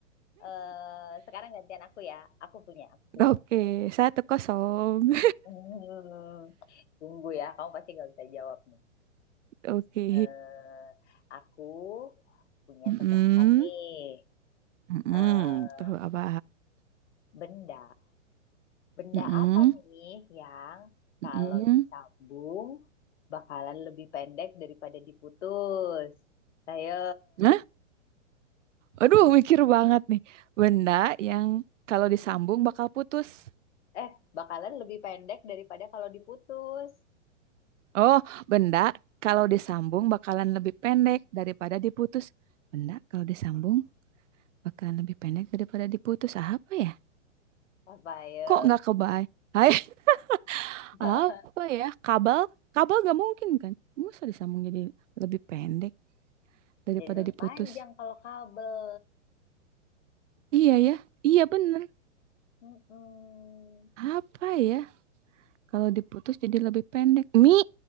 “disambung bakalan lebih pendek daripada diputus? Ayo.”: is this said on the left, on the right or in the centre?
Left